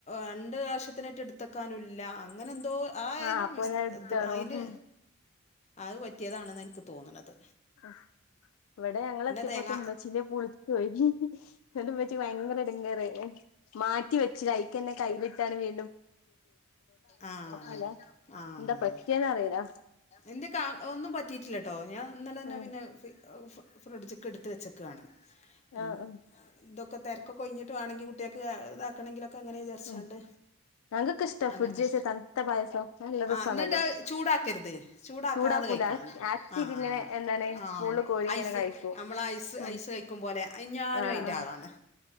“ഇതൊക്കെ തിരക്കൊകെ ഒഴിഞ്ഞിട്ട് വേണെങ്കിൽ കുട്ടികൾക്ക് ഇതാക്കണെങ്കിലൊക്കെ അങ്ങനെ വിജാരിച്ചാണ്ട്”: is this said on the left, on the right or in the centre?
Left